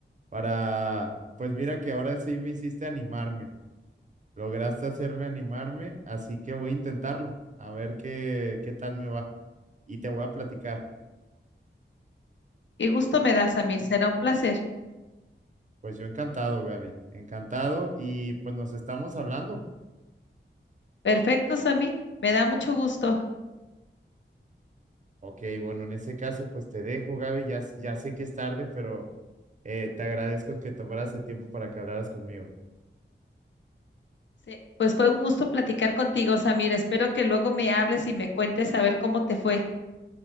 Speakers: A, on the right; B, on the left.
A: para, pues mira que ahora sí me hiciste animarme, lograste hacerme animarme, así que voy a intentarlo, a ver qué, qué tal me va y te voy a platicar.
B: Qué gusto me da, Samir, será un placer.
A: Pues yo encantado, Gaby, encantado y pues nos estamos hablando.
B: Perfecto, Samir. Me da mucho gusto.
A: Ok, bueno, en ese caso pues te dejo, Gaby, ya, s- ya sé que es tarde, pero eh, te agradezco que tomaras el tiempo para que hablaras conmigo.
B: Se- Pues fue un gusto platicar contigo, Samir. Espero que luego me hables y me cuentes a ver cómo te fue.